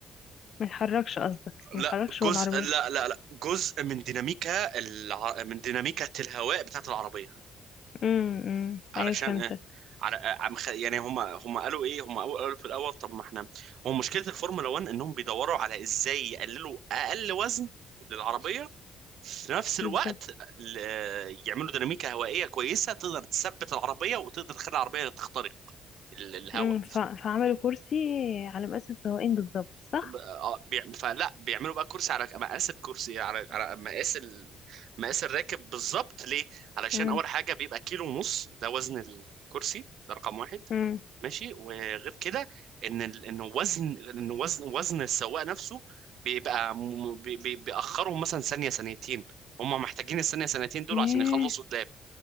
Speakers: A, on the left (about 60°); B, on the right (about 75°).
A: ما يتحركش قصدك ما
B: لا
A: يتحركش
B: جزء
A: هو العربية
B: لا لا لا جزء من ديناميكا الع... من ديناميكا الهواء بتاعت العربية
A: امم امم.
B: علشان
A: ايوه فهمتك
B: آه، على آه، عم خ- يعني هم هم قالوا ايه هم قالوا قالوا في الاول طب ما احنا هو مشكلة الفورمولا 1 انهم بيدوروا على ازاي يقللوا اقل وزن للعربية في نفس الوقت
A: بالظبط
B: ال- آه، يعملوا ديناميكا هوائيه كويسه تقدر تثبت العربيه وتقدر تخلي العربيه تخترق ال- الهواء
A: امم ف... فعملوا كرسي على مقاس السواقين بالظبط صح
B: طب- آه، بيع- فلا بيعملوا بقى كرسي على مقاس الكرسي على على مقاس ال- مقاس الراكب بالظبط ليه؟ علشان
A: امم
B: اول حاجه بيبقى كيلو ونص ده وزن الكرسي ده رقم واحد
A: امم
B: ماشي وغير كده ان ال- ان وزن ان وزن وزن السواق نفسه بيبقى م- بي- بي- بيأخرهم مثلا ثانيه ثانيتين هم محتاجين الثانيه ثانيتين دول
A: ياه
B: عشان يخلصوا قدام.